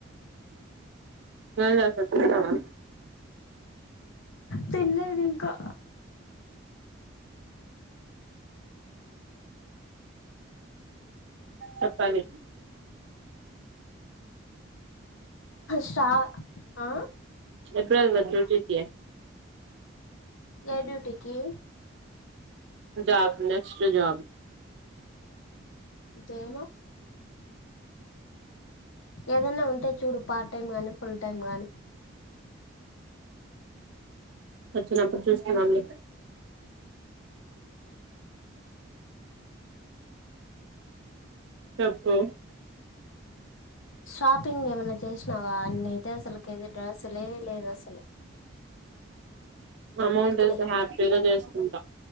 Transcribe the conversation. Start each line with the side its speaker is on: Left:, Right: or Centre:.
Right: ఏం చేస్తావ్ తిన్నావా
Left: తినలేదు ఇంకా
Right: చెప్పాలి
Left: ష్రా ఆ
Right: ఎప్పుడెళ్తారు డ్యూటీ కి
Left: ఏ డ్యూటీకి
Right: జబ్ నెక్స్ట్ జాబ్
Left: దేమో ఏదైనా ఉంటే చూడు పార్ట్ టైం గానీ ఫుల్ టైం గానీ
Right: వచ్చినప్పుడు చూస్తున్నాన్ లే చెప్పు
Left: స్వాప్ పింగ్ ఏమన్నా చేసినావా అన్ని అయితే అసలుకి ఏది డ్రస్లే లేదు అసలు
Right: అమౌంట్
Left: ఇక్కడి
Right: వస్తే హ్యాపీగా చేస్ ఉంటా